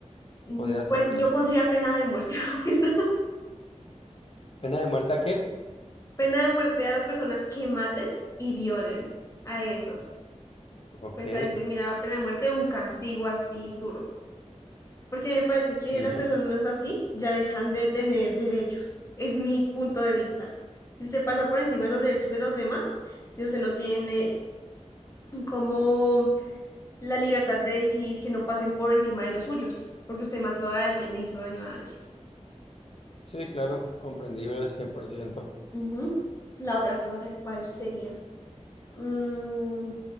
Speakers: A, on the left; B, on the left.
A: mm,
B: podrías
A: pues
B: cambiar.
A: yo pondría pena de muerte, <laughs> la verdad.
B: ¿Pena de muerte a qué?
A: Pena de muerte a las personas que maten y violen a esos.
B: Ok.
A: Pues ahí se mira pena de muerte, un castigo así duro. porque me parece que
B: ujú.
A: las personas así ya dejan de tener derechos. Es mi punto de vista. Si usted pasa por encima de los derechos de los demás, y usted no tiene como la libertad de decir que no pasen por encima de los suyos, porque usted mató a alguien, le hizo daño a alguien.
B: Sí, claro, comprendible, cien por ciento
A: Ujú. La otra cosa, ¿cuál sería? Mm,